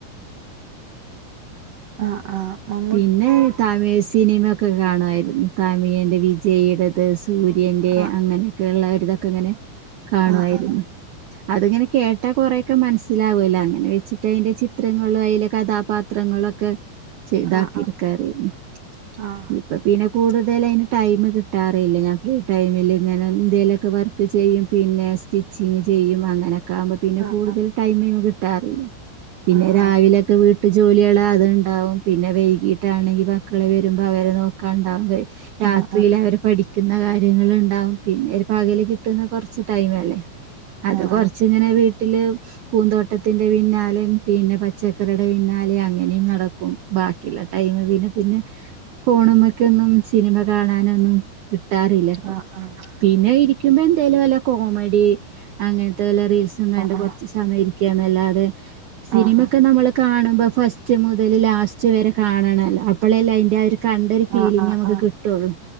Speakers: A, on the right; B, on the right.
A: ആഹ ആഹ മം
B: പിന്നെ തമിഴ്സിനിമൊ ക്കെകാണായിരുന്നുതാമിഴേൻ്റെ വിജയിടത് സൂര്യൻ്റെഅങ്ങനെൊക്കെ
A: ആഹ്
B: ക്കെള്ളോര്തൊക്കെഇങ്ങനെ കാണുമായിരുന്നു.
A: ആഹ്
B: അയിങ്ങനെകേട്ടാകൊറെേക്കെ മനസ്സിലാവൊല്ലോഅങ്ങനെവെച്ചിട്ട് അയിന്റെചിത്രങ്ങള്അയിലെകഥാപാത്രം ത്രങ്ങളൊക്കെ ചെയ്താക്കിട്ക്കാറിയുന്നുഇപ്പൊ
A: ആഹ് ആഹ്
B: പിന്നെകൂടുതലയിന്ടൈമ് കിട്ടാറയില്ലഞാൻഫ്രീടൈമിലിങ്ങനെ എന്തേലൊക്കെവർക്ക് ചെയ്യുംപിന്നെ സ്റ്റിച്ചിങ്ങ്ചെയ്യും അങ്ങനെയൊക്കാവുമ്പോ പിന്നെ
A: ആഹ്
B: കൂടുതല് ടൈമ്കിട്ടാറില്ല
A: ആഹ്
B: പിന്നെരാവിലൊക്കെവീട്ടുജോലിയളത്ണ്ടാവും. പിന്നെവൈകീട്ടാണെങ്കിമക്കള് വരുമ്പോഅവരെനോക്കാണ്ടാവും
A: ആഹ്
B: രാത്രിയിലവര്പഠിക്ക ക്കുന്നകാര്യങ്ങുണ്ടാവുംപിന്നെഒരു പകല്കിട്ടുന്നകൊറച്ച്ടൈമല്ലേ അത്കൊറച്ചിങ്ങനെ
A: ആഹ് ആഹ് ആഹ്
B: വീട്ടില് പൂന്തോട്ടത്തിന്റെ പിന്നാലെ പിന്നെപച്ചക്കറിയുടെപിന്നാലെ അങ്ങനെയുംനടക്കും ബാക്കിയുള്ളടൈമ് പിന്നെപിന്നെ ഫോണ് മെക്കെന്നുംസിനിമകാണാൻ നൊന്നുംകിട്ടാറില്ലപിന്നെഇരിക്ക്മ്പെന്തേലുംവല്ലകോമ
A: ആഹ് ആഹ് ആഹ്
B: ഡിഅങ്ങനത്തെവല്ലറീൽസുംകണ്ട്
A: ആഹ്
B: കൊറച്ച്സമയംഇരിക്കുകന്നല്ലാതെ സിനിമൊക്കെനമ്മള്കാണുമ്പോ
A: ആഹ്
B: ഫസ്റ്റ്മുതൽലാസ്റ്റ് വരെകാണണല്ലോ അപ്പോഴല്ലേഅയിന്റെആഒരു കണ്ടൊരുഫീലിം
A: ആഹ് ആഹ് ആഹ് ആഹ് ആഹ്
B: നമക്ക്കിട്ടുള്ളു
A: ആഹ് ആഹ് ആഹ്